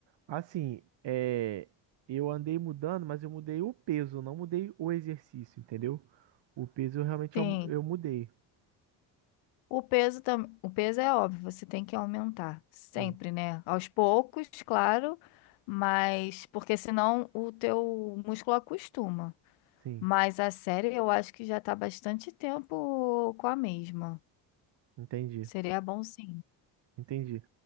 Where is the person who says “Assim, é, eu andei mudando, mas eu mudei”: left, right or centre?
Right